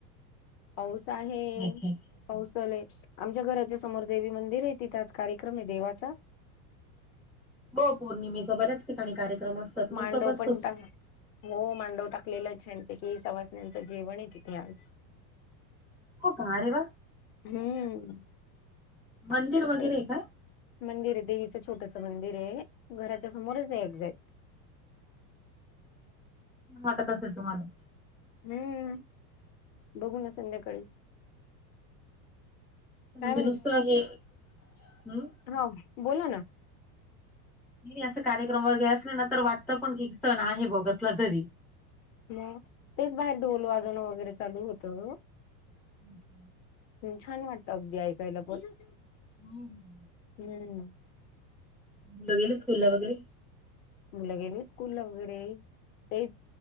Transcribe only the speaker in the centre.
अच्छा अच्छा.
हो पौर्णिमेचा बऱ्याच ठिकाणी कार्यक्रम असतात मोस्ट
ऑफ असतोच.
हो का अरे वा!
मंदिर वगैरे
का.
म तसं असेल तर मग आणिन
दुरुस्तत हे म्ह
नाही नाही असं कार्यक्रम व घेय असलं ना तर वाटतं पण की सण आहे बघसल घरी.
<inaudible>
<inaudible>
मुलं गेली स्कूला वगैरे.